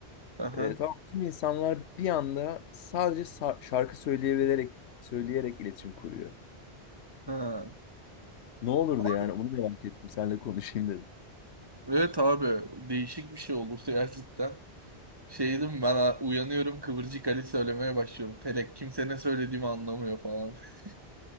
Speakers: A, on the right (about 20°); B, on the left (about 80°).
A: Aha.
B: E, tamam tüm insanlar bir anda sadece sa- şarkı söyleyebilerek söyleyerek iletişim kuruyor.
A: Ha.
B: Ne olurdu
A: Abi,
B: yani onu merak ettim seninle konuşayım dedim.
A: evet abi. Değişik bir şey olursa gerçekten. Şeydim ben a- uyanıyorum Kıvırcık Ali söylemeye başlıyorum. Felek kimse ne söylediğimi anlamıyor falan. <laughs>